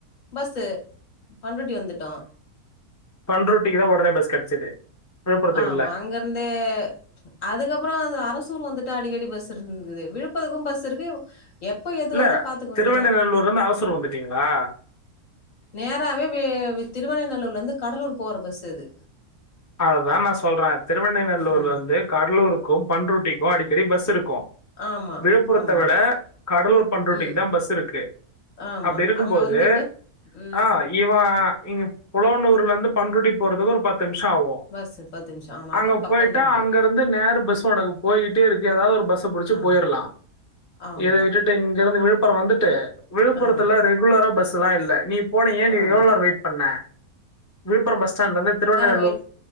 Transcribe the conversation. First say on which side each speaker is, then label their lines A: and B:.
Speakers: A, on the left; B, on the left.
A: பஸ்ஸு பண்ருட்டி வந்துட்டோ
B: பண்ருட்டிக்கு தான் உடனே பஸ் கிடைச்சது விழுப்புரத்துக்கு
A: ஆமா
B: இல்ல
A: அங்கருந்தே அதுக்கப்றொ அது அர சூர் வந்துட்டா அடிக்கடி பஸ் இருந்தது விழுப்புரக்கு பஸ் இருக்கு எப்ப எது
B: இல்ல
A: வருதோ பாத்துக்க வேண்டியதா
B: திருவெண்ணநல்லூர்ல இருந்து அரசூர் வந்துட்டீங்களா
A: நேராவெ வே திருவண்ணைநல்லூர் லெந்து கடலூர் போற பஸ் இது
B: அதுதா நா சொல்றே திருவண்ணைநல்லூர்லெந்து
A: ம்
B: கடலூருக்கு பண்ருட்டி க்கு அடிக்கடி பஸ் இருக்கு
A: ஆமா
B: விழுப்புரத்த
A: ஆமா
B: விட கடலூர் பண்ருட்டிக்கு
A: ம்
B: தா பஸ் இருக்கு
A: ஆமா
B: அப்டி இருக்கும்போது
A: அங்க வந்துட்டு ம்
B: ஆ இவ இங்க புலவனூர்லந்து பண்ருட்டி போறதுக்கு ஒரு பத்து டாவு
A: பஸ்ஸு பத்து நிமிஷம் ஆமா அங்கிருந்து
B: அங்க
A: பக்கம்தான்
B: போயிட்டா
A: அது
B: அங்கருந்து நேர் பஸ் ஒனக்கு போயிட்டே இருக்கு எதா ஒரு பஸ்ஸ புடுச்ச
A: ஆமா
B: போயிர்லா
A: ஆமா
B: இத விட்டுட்டு இங்கெருந்து விழுப் அப்புறொ வந்துட்டு விழுப்புரத்துல
A: ஆ
B: ரெகுலரா பஸ் த்தல்லா இல்ல நீ போனீங்க நீ
A: ஆமா
B: எவ்ளோ நேர வெயிட் பண்ண விழுப்புரம் பஸ் ஸ்டாண்ட்லந்து திருவண்ணை
A: வெய்